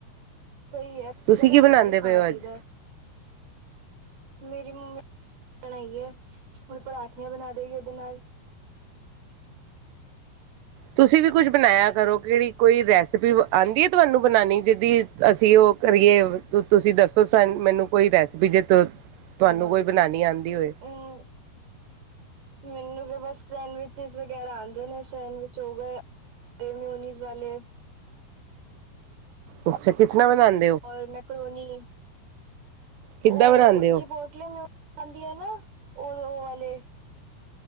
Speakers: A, on the right; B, on the right.
A: ਸਹੀ ਐ,
B: ਤੁਸੀਂ
A: ਕਦੀ
B: ਕੀ
A: ਹਲਕਾ
B: ਬਣਾਉਂਦੇ
A: ਵੀ ਖਾਣਾ
B: ਪਏ ਹੋ
A: ਚਾਹੀਦਾ।
B: ਅੱਜ
A: ਮੇਰੀ ਮੰਮੀ ਨੇ <inaudible> ਬਣਾਈ ਐ, ਹੁਣ ਪਰਾਠੀਆਂ ਬਣਾ ਦੇਗੀ ਓਹਦੇ ਨਾਲ।
B: ਤੁਸੀਂ ਵੀ ਕੁਛ ਬਣਾਇਆ ਕਰੋ ਕਿਹੜੀ ਕੋਈ ਰੈਸ ਆਂਦੀ ਏ ਤੁਹਾਨੂੰ ਬਣਾਉਣੀ, ਜਿਹਦੀ ਅਸੀਂ ਉਹ ਕਰੀਏ, ਤੁਸੀਂ ਦੱਸੋ ਸ ਮੈਨੂੰ ਕੋਈ ਰੈਸਪੀ ਜੇ ਤ ਤੁਹਾਨੂੰ ਕੋਈ ਬਣਾਣੀ ਆਉਂਦੀ ਹੋਏ।
A: <unintelligible> ਮੈਨੂੰ ਤਾਂ ਬਸ ਸੈਂਡਵਿਚਿਸ ਵਗੈਰਾ ਆਉਂਦੇ ਨੇ, ਸੈਂਡਵਿਚ ਹੋ ਗਏ ਮੇਉਨੀਜ਼ ਵਾਲੇ
B: ਅੱਛਾ ਕਿਸਤਰਾ ਬਣਾਦੇ
A: ਔਰ ਮੈਂਕਰੋਨੀ
B: ਕਿੱਦਾਂ
A: ਓਹ
B: ਬਣਾਉਂਦੇ
A: ਚਿਪੋ
B: ਹੋ
A: ਲੇ ਮਿਊ ਆਂਦੀ ਆ ਨਾ ਉਹ, ਉਹ ਵਾਲੇ